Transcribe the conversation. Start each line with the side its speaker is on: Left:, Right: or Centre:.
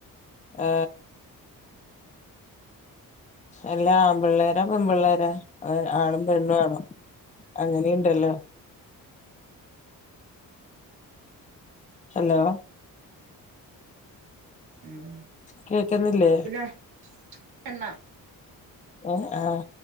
Left: ആ എല്ലാ ആമ്പിള്ളേരാ പെമ്പിള്ളേരാ ആണും പെണ്ണും ആണ് അങ്ങനെയുണ്ടല്ലോ. ഹലോ
Right: ഉം
Left: കേക്കുന്നില്ലേ
Right: പിന്നെ എണ്ണ
Left: ഉം ആ